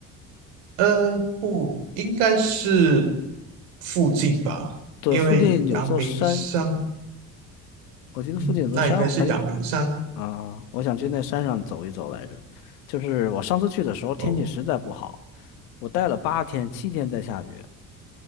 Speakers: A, on the right; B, on the left.
A: 呃，不，应该是附近吧，
B: 对，
A: 因为阳明山，
B: 附近有座山，我记得附近有座山，
A: 嗯，那应该是阳明山。
B: 我很啊，我想去那山上走一走来着。就是我上次去的时候天气实在不好，
A: 哦
B: 我待了八天，七天在下雨。